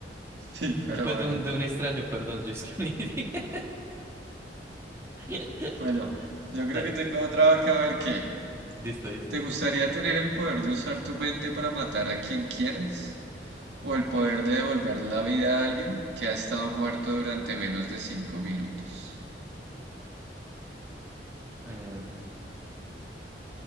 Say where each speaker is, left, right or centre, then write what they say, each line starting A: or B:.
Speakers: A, on the right; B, on the right.
A: Sí,
B: O,
A: pero
B: pues
A: bueno.
B: de un, de un extraño, perdón. Yo es que un indigente. <laughs>
A: Bueno, yo creo
B: Dale,
A: que tengo otra que a ver qué.
B: listo, listo.
A: ¿Te gustaría tener el poder de usar tu mente para matar a quien quieras? ¿O el poder de devolver la vida a alguien que ha estado muerto durante menos de cinco minutos?
B: Eh,